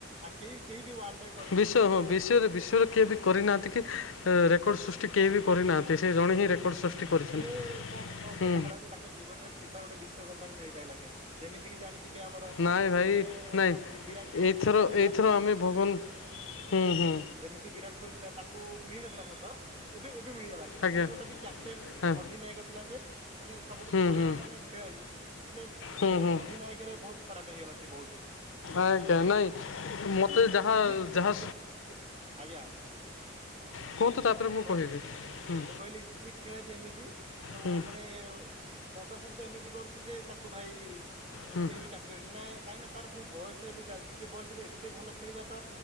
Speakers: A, on the right; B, on the left.
A: ଆ କେହି କେହି ବି ୱାଲ୍ଡରେ
B: ବିଶ୍ଵ ହଁ ବିଶ୍ୱରେ ବିଶ୍ୱରେ କିଏ ବି କରିନାହାନ୍ତି କି ରେକର୍ଡ ସୃ କେହି ବି କରିନାହାନ୍ତି ସେ ଜଣେ ହିଁ ରେକର୍ଡ ସୃଷ୍ଟି କରିଛନ୍ତି
A: ହେଲେ କଣ କଣ
B: ହୁଁ
A: କରିବା ଖରାପ୍ ଯେ ତାକୁ ଜୀବନରେ ଫିଫା ଗୋଟେ ବିଶ୍ୱକପ୍ ତାଙ୍କୁ ମିଳିପାଇଲାନି ଯେମିତିକି ଜାଣି ଯିବେ ଆମର
B: ନାଇଁ ଭାଇ
A: ମାନେ
B: ନାଇଁ
A: ବି ବିରାଟ୍ କୋହିଲ୍
B: ଏଇଥର
A: ଯେମିତି ଥିଲା।
B: ଏଇଥର ଆମେ ଭଗବାନ ହୁଁ ହୁଁ
A: ଯେମିତି ବିରାଟ କୋହିଲ୍ ଥିଲା ତାକୁ ମିଳିନଥିଲା ସତ ଏବେ ଏବେ ମିଳିଗଲା କିନ୍ତୁ
B: ଆଜ୍ଞା
A: ସିଏ ଗୋଟେ ବି କ୍ୟାପଟେନ୍
B: ହଁ
A: ଅଧିନାୟକ ଥିଲା ଯେ ମାନେ ସବୁଠୁ
B: ହୁଁ
A: ଭଲ
B: ହୁଁ
A: ମାନେ ଖେଳାଳି ହେଲେ
B: ହୁଁ ହୁଁ
A: ଅଧିନାୟକ ରେ ବହୁତ ଖରାପ ହେଇଗଲା ସେ ବହୁତ।
B: ଆଜ୍ଞା ନାଇଁ
A: କିନ୍ତୁ
B: ମତେ ଯାହା
A: ସିଏ ଖେ
B: ଯାହା
A: ଖେ ଖେ ଆଜ୍ଞା
B: ହୁଁ। କୁହନ୍ତୁ ତାପରେ ମୁଁ
A: କଣ
B: କହିବି ହୁଁ
A: ମୁଁ କହିଲି ସେ ଖେଳେ ଯେମିତି ତ
B: ହୁଁ
A: ମାନେ ପଦାସନ ତ ଏମିତି କରୁଛି ଯେ ତାକୁ ଭାଇ
B: ହୁଁ
A: କେହି ବି କାଟି ପାରିବେନି ନାଇ କାହିଁକି ନା ତାର ଯୋଉ ବୟସ ଏ ବି ଚାଲିଛି ସେ ବୟସରେ ଏତେ ଭଲ ଖେଳିବା ତ